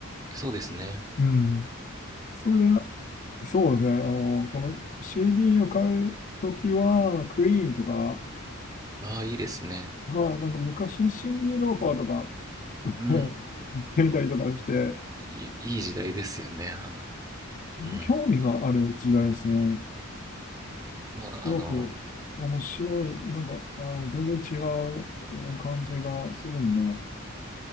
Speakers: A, on the right; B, on the left.
A: そうですね
B: うん。それで、そうですね、あの、その CD を買うときは、クイーンとか、
A: ああいいですね
B: はい、なんか昔のシンディ・ローパーとか、<laughs>
A: うん
B: やてみたりとかして、
A: いいい時代ですよねあのうん
B: 興味がある時代ですね。
A: まああの
B: すごく面白い、なんか、あー、全然違ううん感じがするんで、